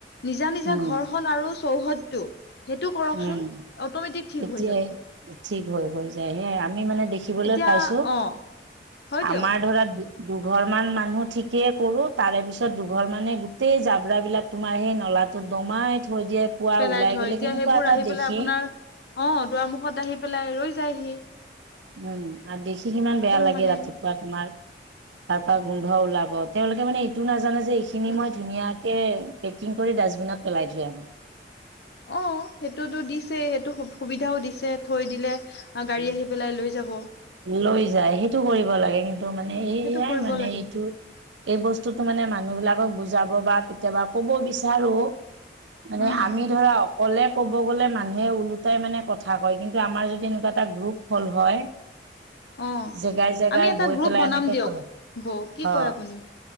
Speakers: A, on the left; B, on the right.
A: নিজা নিজা
B: উম,
A: ঘৰহন আৰু চৌহদটো হেটো কৰকচোন,
B: উম,
A: অটমেটিক ঠিক
B: তেতিয়াই
A: হৈ যাব।
B: ঠিক হৈ হৈ যায় হেই আমি মানে দে খিবলে
A: এতিয়া
B: পাইছো,
A: অ হয় দিয়ক
B: আমাৰ ধৰা দুঘৰ মান মানুহ ঠিকেই কৰো, তাৰে পিছত দুঘৰ মানে গোটেই জাব্ৰা বিলাক তোমাৰ হেই নলাতোত দমাই থৈ দিয়ে পুৱা
A: পেলাই
B: ওলাই
A: থয়,
B: গ'লে
A: এতিয়া
B: কেনেকুৱা
A: সেইবোৰ
B: এটা
A: আহি
B: দেখি
A: পেলাই আপোনাৰ অ, দুৱাৰমুখত আহি পেলাই ৰৈ যায়হি।
B: উম', আৰ দেখি কিমান
A: একদম
B: বেয়া লাগে
A: মানে
B: ৰাতি পুৱা তোমাৰ, তাৰ পা গোন্ধ ওলাব তেওঁলোকে মানে এইটো নাজানে যে এইখিনি
A: কোন
B: মই ধুনীয়া কে পেকিং কৰি ডাজবিনত পেলাই থৈ আহো।
A: অ, হেটোতো দিছ ছে হেটো সুব-সুবিধাও দিছে থৈ দিলে গাড়ী
B: অ',
A: আহি পেলাই লৈ যাব।
B: লৈ যায় হেইটো কৰিব লাগে কিন্তু মানে এয়াই
A: সেইটো কৰিব
B: মানে
A: লাগে
B: এইতো এই বস্তুটো মানে মানুহ বিলাকক বুজাব বা কেতিয়াবা ক'ব বিচাৰো মানে
A: উম
B: আমি ধৰা অ ক'লে ক'ব গ'লে মানুহে ওলোটাই মানে কথা কয়, কিন্তু আমাৰ যদি এনুকুৱা এটা গ্ৰুপ হ'ল হয়
A: অ,
B: জেগাই জেগাই
A: আমি এটা
B: গৈ
A: গ্ৰুপ
B: পেলাই
A: বনাম
B: এনেকে
A: দিয়ক
B: ক'লে
A: বৌ
B: অ
A: কয় আপুনি?